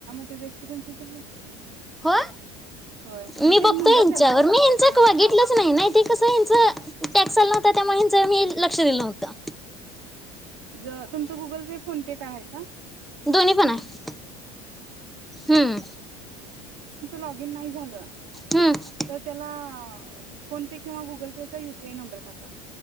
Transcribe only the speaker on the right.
ते एकशे पंचवीस झाले की जमा.
होय मग
तेच
म्हणलं
त्याला
हा
त अ त तुमचा गुगल पे फोनेपे काय आहे का?
लॉग इन नाही झालं.
तर त्याला फोन पे किंवा गुगल पे चा यूपीआय नंबर टाका.